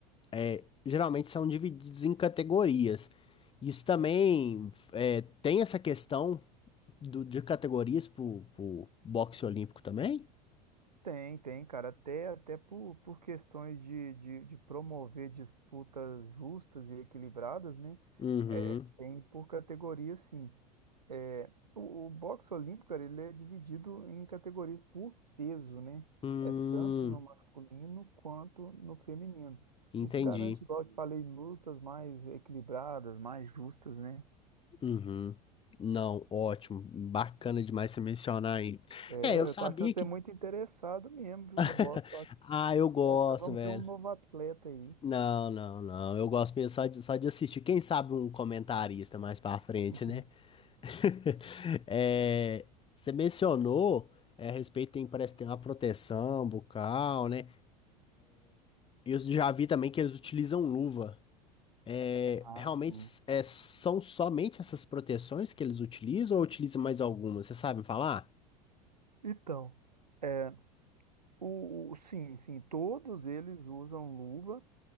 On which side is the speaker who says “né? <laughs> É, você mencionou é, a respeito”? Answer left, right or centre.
Left